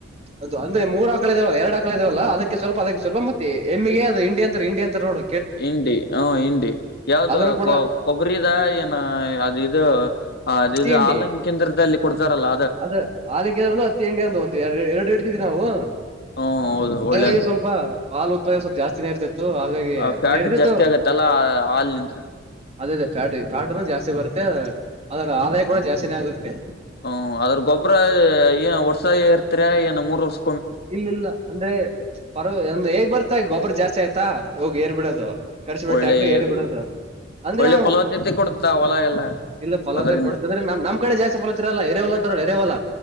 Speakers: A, on the right (about 35°); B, on the left (about 55°).
A: ಅದು ಅಂದ್ರೆ ಮೂರು ಆಕ್ಕಳ ಇದಾವಲ್ಲ ಎರಡ್ ಆಕ್ಕಳ ಇದಾವಲ್ಲ ಅದಕ್ಕೆ ಸ್ವಲ್ಪ ಅದಕ್ಕೆ ಸ್ವಲ್ ಮೆಟಿ ಎಮ್ಮೆಗೆ ಅ ಇಂಡಿ ಅಂತ ಇಂಡಿ ಅಂತರ ನೋಡ.
B: ಇಂಡಿ ಹ ಇಂಡಿ ಯಾವ್ದ
A: ಅದನ್ನು ಕೂಡ
B: ಕೊಬ್ಬರಿದ ಏನ ಅದು ಇದು. ಅದ
A: ಹತ್ತಿ
B: ಇದು
A: ಹಂಡಿ
B: ಹಾಲನ್ ಕೇಂದ್ರದಲ್ಲಿ ಕೊಡ್ತಾರಲ್ಲ
A: ಅದ ಹಲಿಕ್ಕೆಂದ್ರ ಹತ್ತಿ ಹಂಡಿ ಅಂದು ಒಂದು ಎರಡು. ಎರಡು ಇಡ್ತವಿ ನಾವು
B: ಹ್ಮ್ ಹೌದು ಒಳ್ಳೇದು
A: ಹಾಗಾಗಿ ಸ್ವಲ್ಪ ಹಾಲ್ ಉತ್ಪಾದನೆ ಸ್ವಲ್ಪ ಜಾಸ್ತಿನೇ ಇರ್ತೀತ್. ಹಾಗಾಗಿ
B: ಆ ಫ್ಯಾಟ್
A: ನಡೆತೆತಿತೊಗೋ
B: ಜಾಸ್ತಿ ಆಗತ್ತಲ್ಲ ಹಾಲಿನಿಂತ್ರ
A: ಅದೇ ಅದೇ ಫ್ಯಾಟ್ ಫ್ಯಾಟ್ ಜಾಸ್ತಿ ಬರುತ್ತ. ಮ ಅದರ ಆದಾಯ ಕೂಡ ಜಾಸ್ತಿನೇ ಆಗುತ್ತೆ.
B: ಹ್ಮ ಅದ್ರ ಗೊಬ್ಬರ ಏನ್ ವರ್ಷ ಇರ್ತರ ಏನ್ ಮೂರ್ ವರ್ಷ.
A: ಇಲ್ಲ ಇಲ್ಲ ಅಂದ್ರೆ ಪರ ಅಂದ್ರೆ ಹೇಗ್ ಬರ್ತಾ ಗೊಬ್ಬರ ಜಾಸ್ತಿ ಆಯ್ತಾ. ಹೋಗ್ ಏರ್ ಬಿಡೋದು ಕರಿಸಿ ಬಿಟ್ಟೆ
B: ಒಳ್ಳೆ
A: ಟ್ಯಾಕ್ರೆ
B: ಏರುಗಳು
A: ಏರ್ ಬಿಡೋದು. ಅಂದ್ರೆ
B: ಒಳ್ಳೆ
A: ನಾವು
B: ಫಲವದ್ದತೆ ಕೊಡತಾ ಹೊಲ ಎಲ್ಲ.
A: ಇಲ್ಲ ಫಲದ
B: ಅದರಿಂದ
A: ಕೊಡ್ತದ್ರೆ ನಮ್ಮ ಕಡೆ ಜಾಸ್ತಿಫಲ ತಿನ್ನಲ್ಲ ಎರೆ. ಎರೆ ಹೊಲ